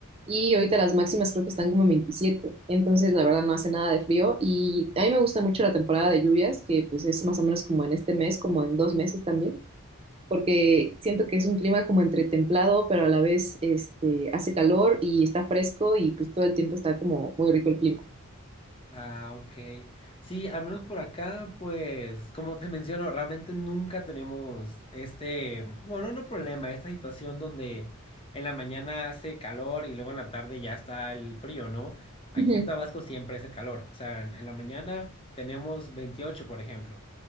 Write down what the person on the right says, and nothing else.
Y ahorita las máximas creo que están como en 27. Entonces, la verdad no hace nada de frío. Y a mí me gusta mucho la temporada de lluvias, que pues es más o menos como en este mes, como en dos meses también, porque siento que es un clima como entre templado, pero a la vez este, hace calor y está fresco y pues todo el tiempo está como muy rico el clima.
Ujú,